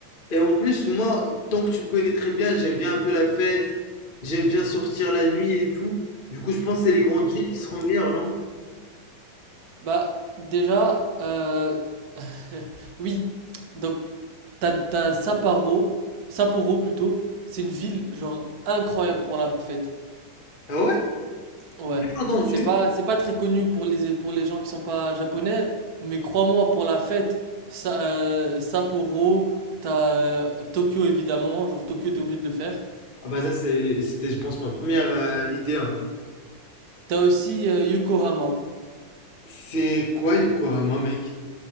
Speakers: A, on the left (about 40°); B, on the right (about 55°).
A: Et en plus, moi, tant que tu me connais très bien, j'aime bien un peu la fête, j'aime bien sortir la nuit et tout. Du coup, je pense que c'est les grandes villes qui seront meilleures, non?
B: Bah, déjà, euh, <laughs> oui, donc, t'as, t'as Sapporo, Sapporo plutôt, c'est une ville, genre, incroyable pour la fête.
A: Ah ouais?
B: Ouais,
A: Bien entendu.
B: c'est pas c'est pas très connu pour les pour les gens qui sont pas japonais, mais crois-moi pour la fête, ça, euh, Sapporo, t'as euh, Tokyo évidemment, genre Tokyo t'es obligé de le faire.
A: Ah bah ça, c'est- c'était, je pense, ma première euh, idée, hein.
B: T'as aussi euh, Yokohama.
A: C'est quoi Yokohama, mec?